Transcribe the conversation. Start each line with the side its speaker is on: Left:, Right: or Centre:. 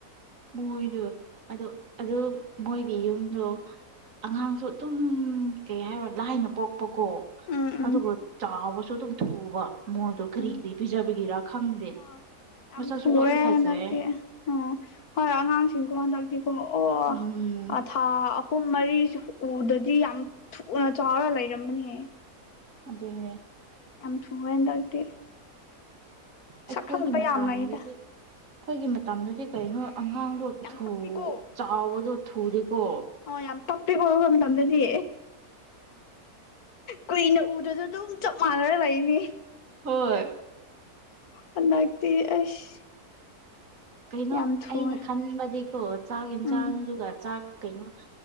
Right: ꯃꯣꯏꯗꯣ ꯑꯗꯨ ꯑꯗꯨ ꯃꯣꯏꯒꯤ ꯌꯨꯝꯗꯨ ꯑꯉꯥꯡꯁꯨ ꯑꯗꯨꯝ ꯀꯩ ꯍꯥꯏꯔꯣ ꯂꯥꯏꯅ ꯄꯣꯛꯄꯀꯣ
Left: ꯎꯝ ꯎꯝ
Right: ꯑꯗꯨꯒ ꯆꯥꯎꯕꯁꯨ ꯑꯗꯨꯝ ꯊꯨꯕ ꯃꯣꯏꯗꯣ ꯀ꯭ꯔꯤ
Left: ꯎꯝ
Right: ꯀ꯭ꯔꯤ ꯄꯤꯖꯕꯒꯤꯔ ꯈꯪꯗꯦ
Left: ꯑꯣ ꯌꯥꯝ
Right: ꯃꯁꯛꯁꯨ
Left: ꯊꯨꯑꯦ
Right: ꯂꯣꯏꯅ ꯐꯖꯩꯌꯦ
Left: ꯍꯟꯗꯛꯇꯤ ꯑꯣ ꯍꯣꯏ ꯑꯉꯥꯡꯁꯤꯡꯀꯣ ꯍꯟꯗꯛꯇꯤꯀꯣ ꯑꯣ
Right: ꯎꯝ
Left: ꯊꯥ ꯑꯍꯨꯝ ꯃꯔꯤꯁꯤ ꯎꯗꯔꯗꯤ ꯌꯥꯝ ꯊꯨꯅ ꯆꯥꯎꯔ ꯂꯩꯔꯝꯕꯅꯦꯍꯦ
Right: ꯑꯗꯨꯅꯦ
Left: ꯌꯥꯝ ꯊꯨꯌꯦ ꯍꯟꯗꯛꯇꯤ
Right: ꯑꯩꯈꯣꯏꯒꯤ
Left: ꯁꯛꯈꯪꯕ
Right: ꯃꯇꯝꯗꯗꯤ
Left: ꯌꯥꯝ ꯂꯩꯗ
Right: ꯑꯩꯈꯣꯏꯒꯤ ꯃꯇꯝꯗꯗꯤ ꯀꯩꯅꯣ ꯑꯉꯥꯡꯗꯣ
Left: ꯌꯥꯝ
Right: ꯊꯨ
Left: ꯇꯞꯄꯤꯀꯣ
Right: ꯆꯥꯎꯕꯗꯣ ꯊꯨꯗꯦꯀꯣ
Left: ꯑꯣ ꯌꯥꯝ ꯇꯞꯄꯦꯀꯣ ꯑꯩꯈꯣꯏ ꯃꯇꯝꯗꯗꯤ ꯀꯨꯏꯅ ꯎꯗ꯭ꯔꯁꯨ ꯑꯗꯨꯝ ꯆꯞ ꯃꯥꯟꯅꯔ ꯂꯩꯅꯤ
Right: ꯍꯣꯏ
Left: ꯍꯟꯗꯛꯇꯤ ꯑꯩꯁ
Right: ꯀꯩꯅꯣ
Left: ꯌꯥꯝ ꯊꯨꯑꯦ
Right: ꯑꯩꯅ ꯈꯟꯕꯗꯤꯀꯣ ꯆꯥꯛ ꯌꯦꯟꯁꯥꯡꯗꯨꯒ
Left: ꯎꯝ
Right: ꯆꯥꯛ ꯀꯩꯅꯣ